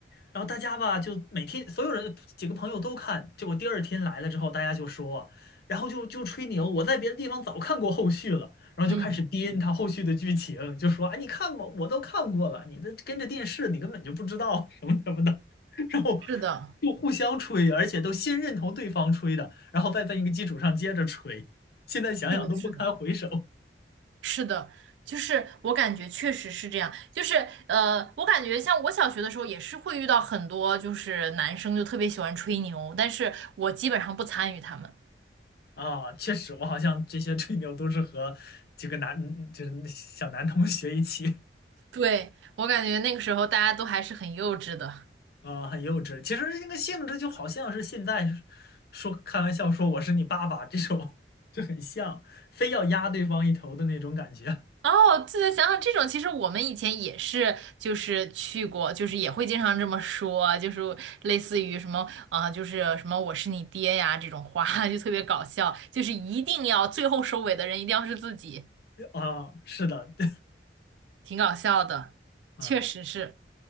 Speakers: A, on the left; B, on the right.
A: 然后大家吧，就每天所有人几个朋友都看，结果第二天来了之后，大家就说，然后就就吹牛，我在别的地方早看过后续了，然后就开始编他后续的剧情，
B: 嗯，
A: 就说，哎，你看吧，我都看过了，你的跟着电视，你根本就不知道什么什么的，然后
B: 是的，
A: 就互相吹，而且都先认同对方吹的，然后再在一个基础上接着吹，现在想想都不堪回首。
B: 是的，是的，是的，就是我感觉确实是这样。就是呃，我感觉像我小学的时候也是会遇到很多，就是男生就特别喜欢吹牛，但是我基本上不参与他们。
A: 啊，确实，我好像这些吹牛都是和几个男，嗯嗯就是小男同学一起。
B: 对，我感觉那个时候大家都还是很幼稚的。
A: 啊，很幼稚。其实那个性质就好像是现在说开玩笑说我是你爸爸这种，就很像，非要压对方一头的那种感觉。
B: 哦，这个想想这种，其实我们以前也是，就是去过，就是也会经常这么说，就是类似于什么啊、就是什么我是你爹呀这种话，<laughs> 就特别搞笑，就是一定要最后收尾的人一定要是自己，
A: <laughs> 啊，是的，<laughs> 对
B: 挺搞笑的，
A: 啊，
B: 确实是。